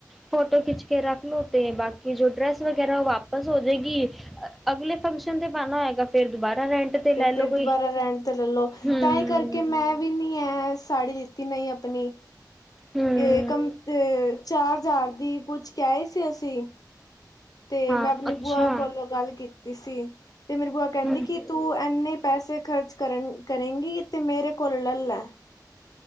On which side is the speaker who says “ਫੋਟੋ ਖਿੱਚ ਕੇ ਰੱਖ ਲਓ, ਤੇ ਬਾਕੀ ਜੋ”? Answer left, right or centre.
Centre